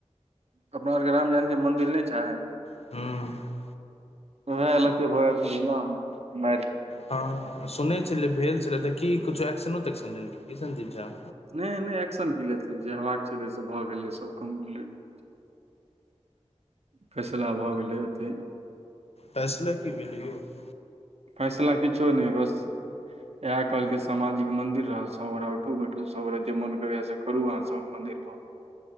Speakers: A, on the right; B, on the left.
A: अपना आओरके रामजानकी मंदिल नय छाय
B: हूं
A: वेह <unintelligible>
B: हँ सुनै छलै भेल छलै तऽ की किछो एक्शनो तेक्शनो लेलकै की संदीप झा
A: नय नय नय एक्शन की लेतै जे हेबाक छलै से भऽ गेलै सब कम्प्लीट फेसला भऽ गेलै ओतैय
B: फैसला की भेलै यौ
A: फैसला किछो नै बस एहा कहलकै सामाजिक मंदिर रहत सब गोटा औठु बैठु सब गोरा जे मोन करैया से करु अहाँ सब मंदिर प